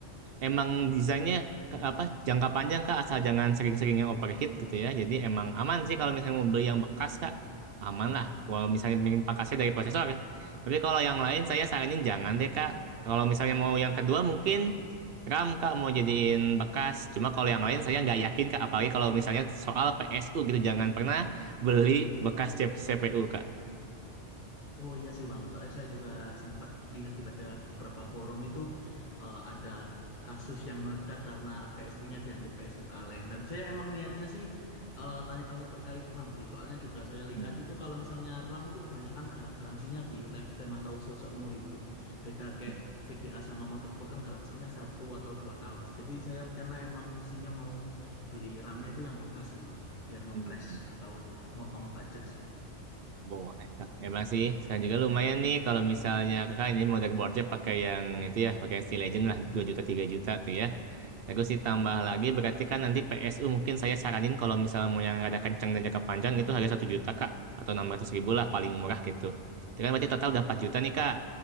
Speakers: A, on the right; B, on the left.
A: emang desainnya ke- apa jangka panjang kak asal jangan sering-sering yang overheat gitu ya jadi emang aman sih kalau misalnya mau beli yang bekas kak aman lah kalau misalnya pengen pakasnya dari prosesor tapi kalau yang lain saya saranin jangan deh kak kalau misalnya mau yang kedua mungkin RAM kak mau jadiin bekas cuma kalau yang lain saya nggak yakin kak apalagi kalau misalnya soal PSU gitu jangan pernah beli bekas CPU kak
B: Oh iya sih Bang, soalnya saya juga sempat lihat dibaca beberapa forum itu eh, ada kasus yang meledak karena PSU-nya dianggap PSU kaleng. Dan saya emang niatnya sih eh, tanya-tanya terkait RAM sih, soalnya juga saya lihat
A: Hmm,
B: itu kalau misalnya RAM itu kebanyakan gar- garansinya di lifetime atau se- seumur hidup. Beda kayak
A: hmm,
B: VGA sama motherboard kan garansinya satu atau dua tahun sih. Jadi saya rencana emang posisinya mau beli RAM-nya itu yang bekas sih Bang, biar ngepres
A: hmm.
B: atau motong budget sih.
A: Boleh, Kak. Emang sih, sekarang juga lumayan nih kalau misalnya kakak ini mau dartboardnya pakai yang itu ya, pakai yang Steel Legend lah, 2 juta, 3 juta tuh ya. Terus ditambah lagi, berarti kan nanti PSU mungkin saya saranin kalau misalnya mau yang ada kencang dan jangka panjang itu harga satu juta, Kak. Atau 600 ribu lah, paling murah gitu. Itu kan berarti total udah 4 juta nih, Kak.